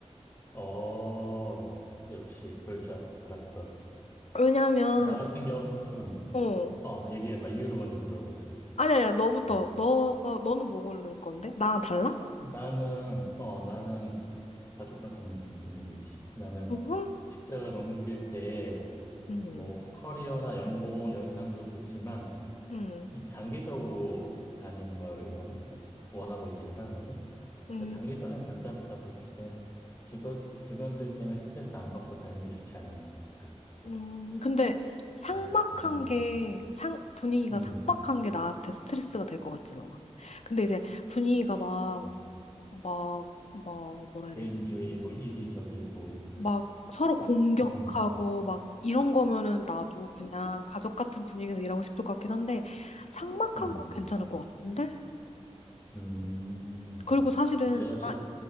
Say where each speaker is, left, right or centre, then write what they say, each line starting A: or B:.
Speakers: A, on the left; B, on the left.
A: 어, 역시 그럴 줄 알았어.
B: 왜냐면,
A: 나 같은 경우는,
B: 어.
A: 어, 얘기해봐. 이유를 먼저 들어보자.
B: 아니야, 아니야, 너부터.
A: 음.
B: 너가, 너는 뭐 고를 건데? 나랑 달라?
A: 나는, 어, 나는 가족 같은 분위기지. 나는
B: 응,
A: 직장을 옮길 때,
B: 응,
A: 뭐, 커리어나 연봉, 연상도 좋지만,
B: 응,
A: 이 장기적으로 다니는 걸 원, 원하고 이직을 하거든.
B: 응.
A: 그러니까 장기적인 관점에서 봤을 땐 직원, 직원들 때문에 스트레스 안 받고 다니는 게 좋지 않을까.
B: 음, 근데 삭막한
A: 어, 그런 생각이.
B: 게, 상, 분위기가
A: 음,
B: 삭막한 게 나한테 스트레스가 될 것 같진 않아. 근데 이제 분위기가 막,
A: 음.
B: 막, 막, 뭐라
A: 개인주의고
B: 해야 되지?
A: 이기적이고,
B: 막 서로 공격하고
A: 그런, 거.
B: 막 이런 거면은 나도 그냥 가족 같은 분위기에서 일하고 싶을 것 같긴 한데 삭막한
A: 음,
B: 건 괜찮을 것 같은데?
A: 음,
B: 그리고 사실은
A: 내가
B: 일하,
A: 질,